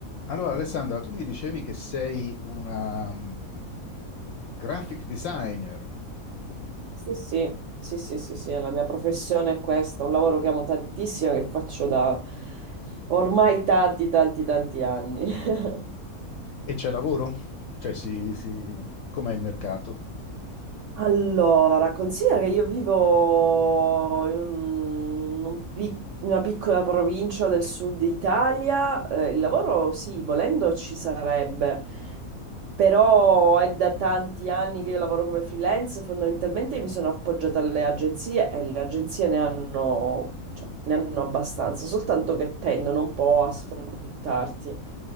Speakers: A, on the left; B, on the right.
A: Allora, Alessandra, tu mi dicevi che sei una mm, graphic designer
B: Sì, sì, sì, sì, sì, sì, la mia professione è questa, un lavoro che amo tantissimo, che faccio da ormai tanti, tanti, tanti anni. <laughs>
A: e c'è lavoro? Cioè, si, si... com'è il mercato?
B: Allora, considera che io vivo in, un- un pic- in una piccola provincia del sud Italia, eh, il lavoro sì, volendo ci sarebbe, però è da tanti anni che io lavoro come freelance, fondamentalmente mi sono appoggiata alle agenzie e le agenzie ne hanno, cioè, ne hanno abbastanza, soltanto che tendono un po' a sfruttarti